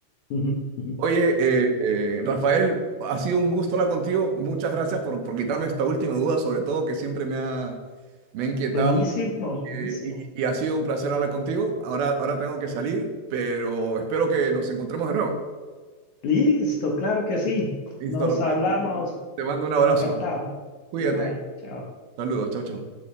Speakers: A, on the left; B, on the right.
A: ujú, ujú.
B: Oye, eh, eh, Rafael, ha sido un gusto hablar contigo. Muchas gracias por, por quitarme esta última duda, sobre todo que siempre me ha, me ha inquietado
A: Buenísimo,
B: eh,
A: buenísimo.
B: y, y ha sido un placer hablar contigo. Ahora, ahora tengo que salir, pero espero que nos encontremos de nuevo.
A: Listo, claro que sí.
B: Listo,
A: Nos
B: Rafael.
A: hablamos.
B: Te mando un abrazo.
A: Encantado.
B: Cuídate.
A: Igual, chao.
B: Saludos. Chao, chao.